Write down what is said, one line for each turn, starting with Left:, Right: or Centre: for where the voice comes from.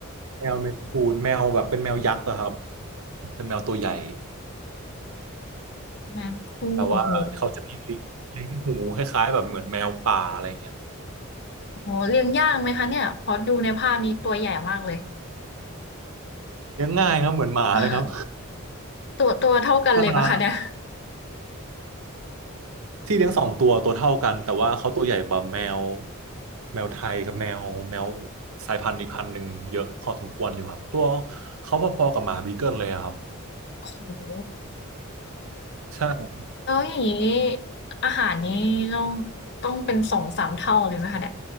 Right: แมวเมนคูนแมวแบบเป็นแมวยักษ์อะครับเป็นแมวตัวใหญ่
Left: แมนคูนโอ้โห
Right: แต่ว่าเขาจะมีลิ้นลิ้นหูคล้ายๆแบบเหมือนแมวป่าอะไรอย่างเงี้ย
Left: โอ้โหเลี้ยงยากไหมคะเนี่ยพอดูในภาพนี้ตัวใหญ่มากเลย
Right: เลี้ยงง่ายครับเหมือนหมาเลยครับ
Left: <laughs> อ่าตัวตัวเท่ากันเลยไหมคะเนี่ย
Right: น่ารัก ที่เลี้ยงสองตัวตัวเท่ากันแต่ว่าเขาตัวใหญ่กว่าแมวแมวไทยกับแมวแมวสายพันธุ์อีกพันธุ์หนึ่งเยอะพอสมควรอยู่ครับตัวเขาพอๆกับหมาบีเกิลเลยอะครับ
Left: โอ้โห
Right: ใช่
Left: แล้วอย่างนี้อาหารนี้ต้องต้องเป็นสองสามเท่าเลยไหมคะเนี่ย